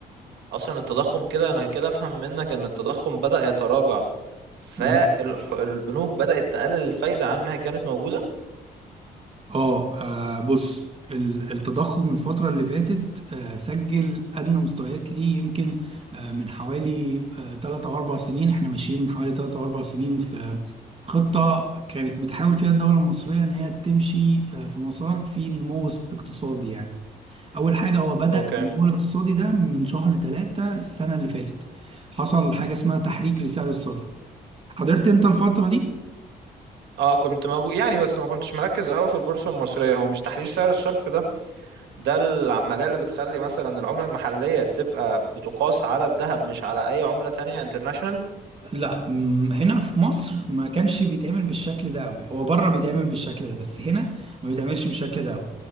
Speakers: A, on the right; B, on the right.
A: اصلا التضخم كده انا كده افهم منك ان التضخم بدأ يتراجع فالبنوك
B: واو.
A: بدأت تقلل الفايدة عن ما هي كانت موجودة
B: اه آه، بص ال- التضخم الفترة اللي فاتت آه، سجل أدنى مستويات ليه يمكن آه، من حوالي آه، تلات أو أربع سنين احنا ماشيين من حوالي تلات أو أربع سنين في خطة كانت بتحاول فيها الدولة المصرية إن هي تمشي آه، في مسار فيه نمو اقتصادي يعني أول حاجة هو بدأ
A: اوكي
B: النمو الاقتصادي ده من شهر تلاتة السنة اللي فاتت حصل حاجة اسمها تحريك لسعر الصرف حضرت أنت الفترة دي؟
A: اه كنت موجود يعني بس ما كنتش مركز قوي في البورصة المصرية هو مش تحرير سعر الصرف ده ده العملية اللي بتخلي مثلا العملة المحلية تبقى بتقاس على الذهب مش على اي عملة تانية انترناشونال
B: لا م- هنا في مصر ما كانش بيتعمل بالشكل ده قوي هو بره بيتعمل بالشكل ده بس هنا ما بيتعملش بالشكل ده قوي